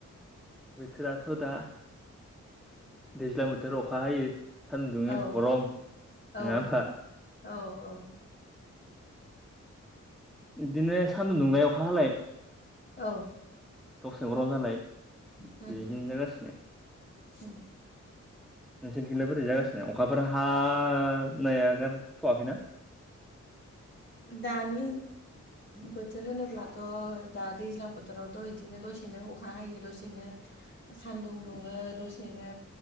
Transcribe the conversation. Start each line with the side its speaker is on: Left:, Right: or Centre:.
Centre: बोथोराथ' दा दैज्लां बोथोर अखा हायो सान्दुं दुङो
Left: ओ
Centre: गरम नङा
Left: औ
Centre: होनबा
Left: औ औ
Centre: इदिनो सानदुं दुंलाय अखा हालाय
Left: औ
Centre: दसे गरम जालाय
Left: उम
Centre: बेदिनो जागासिनो।
Left: <inaudible>
Centre: नोंसोरनिथिंलाय बोरै जागासिनो अखाफोर हा नाया गारथ'वाखैना?
Left: दानि बोथोर होनोब्लाथ' दा दैज्लां बो थोरावथ' इदिनो दसेनो अखा हायो दसेनो सान्दुं दुङो दसेनो